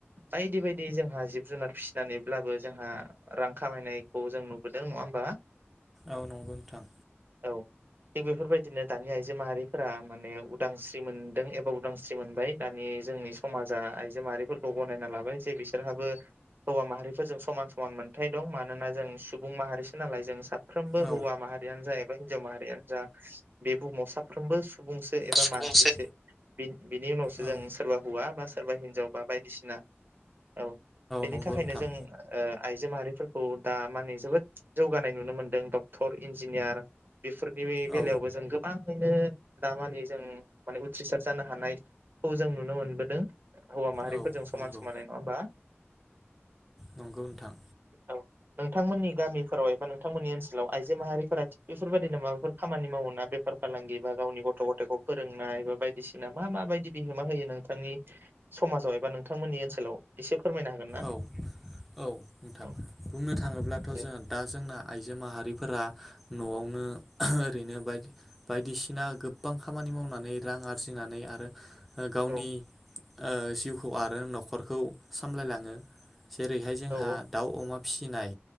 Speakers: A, on the right; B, in the centre.
A: बायदि बायदि जोंहा जिब जुनार फिसिनानैब्लाबो जोंहा रां खामायनायखौ जों नुबोदों नङा होमबा।
B: औ नंगौ नोंथां।
A: औ थिग बेफोरबायदिनो दानि आइजो माहारिफोरा माने उदांस्रि मोनदों एबा उदांस्रि मोनबाय। दानि जोंनि समाजा आइजो माहारिफोरखौ गनायना लाबाय जे बिसोरहाबो हौवा माहारिफोरजों समान समान मोनथाय दं मानोना जों सुबुं माहारिसो नालाय जों सा। साफ्रोमबो
B: औ
A: हौवा माहारियानो जा एबा हिनजाव माहारियानो जा। बे बुहुमाव साफ्रोमबो सु। सुबुंसो एबा
B: सुबुंसे
A: मानसिसो बिनि उनावसो।
B: औ
A: जों सोरबा हौवा बा सो सोरबा हिनजाव बा बायदिसिना औ बेनि
B: नंगौ
A: थाखायनो
B: नोंथां
A: जोङो ओ आइजो माहारिफोरखौ दा माने जोबोद जौगानाय नुनो मोनदों डक्टर इन्जिनियार बेफोरनि बेलायावबो
B: औ
A: जों गोबां खायनो दामानि जों माने उथ्रिसार जानो हानाय खौ जों नुनो मोनबोदों। हौवा माहारिफोरजों
B: औ
A: समान
B: नंगौ
A: समानै नङा होमबा
B: नंगौ नोंथां
A: औ नोंथांमोननि गामि फोराव एबा नोंथांमोननि ओनसोलाव आइजो माहारिफोरा थि बेफोरबायदिनो माबाफोर खामानि मावोना बेफार फालांगि बा गावनि गथ' गथथायखौ फोरोंनाय बा बायदिसिना मा मा बायदि बिहोमा होयो नोंथांनि समाजाव एबा नोंथांमोननि ओनसोलाव एसे फोरमायनो हागोन ना
B: औ औ नोंथां
A: औ
B: बुंनो थाङोब्लाथ'
A: दे
B: जोङा दा जोंना आइजो माहारिफोरा न'आवनो ओरैनो बायदि बायदिसिना गोबबां खामानि मावनानै रां आरजिनानै आरो ओ गावनि
A: औ
B: ओ जिउखौ आरो न'खरखौ सामलायलां ङो। जेरैहाय जोंहा
A: औ
B: दाउ अमा फिसिनाय